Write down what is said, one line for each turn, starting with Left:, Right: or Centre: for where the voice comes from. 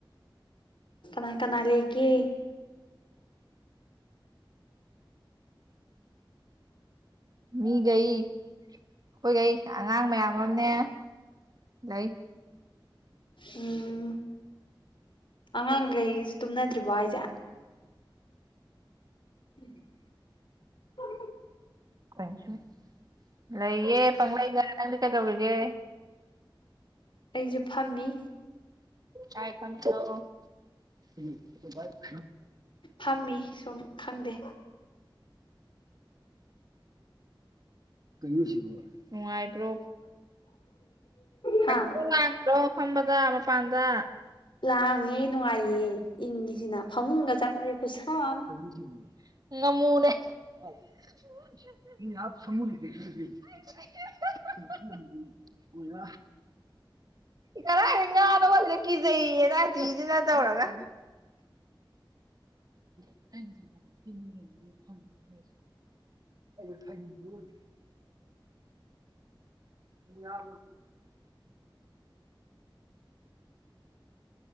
Left: ꯀꯅꯥ ꯀꯅꯥ ꯂꯩꯒꯦ
Right: ꯃꯤꯒꯩ ꯑꯩꯈꯣꯏꯒꯩ ꯑꯉꯥꯡ ꯃꯌꯥꯝ ꯑꯝꯅꯦ ꯂꯩ
Left: ꯎꯝ ꯑꯉꯥꯡꯒꯩꯖꯨ ꯇꯨꯝꯅꯗ꯭ꯔꯤꯕꯣ ꯍꯥꯏꯖꯦ <inaudible>
Right: ꯀꯣꯏꯟꯁꯨꯠ ꯂꯩꯌꯦ ꯄꯪꯪꯂꯩꯗ ꯅꯪꯗꯤ ꯀꯩꯗꯧꯔꯤꯒꯦ
Left: ꯑꯩꯖꯨ ꯐꯝꯃꯤ
Right: <unintelligible>
Left: ꯐꯝꯃꯤ ꯁꯨꯝ ꯈꯪꯗꯦ
Right: ꯀꯩꯅꯣ ꯑꯁꯤꯕꯨ ꯅꯨꯡꯉꯥꯏꯕ꯭ꯔꯣ
Left: ꯍꯥ
Right: ꯍꯥꯡꯆꯤꯡ ꯂꯥꯡꯗ꯭ꯔꯣ ꯐꯝꯕꯗ ꯃꯄꯥꯟꯗ
Left: ꯂꯥꯡꯉꯦ ꯅꯨꯡꯉꯥꯏꯌꯦ ꯏꯪꯉꯤ ꯁꯤꯅ ꯐꯃꯨꯡꯒ ꯆꯪꯒꯗꯤ ꯈꯨꯠꯁꯥꯑꯝ
Right: <unintelligible> <unintelligible> <unintelligible> ꯀꯔꯥꯏꯗꯩ ꯉꯥꯅꯣꯕ ꯑꯁꯤꯗ ꯀꯤꯖꯩꯌꯦꯅ ꯑꯇꯥꯊꯤꯖꯤꯅ ꯇꯧꯔꯒ <unintelligible> <unintelligible> <unintelligible> <unintelligible>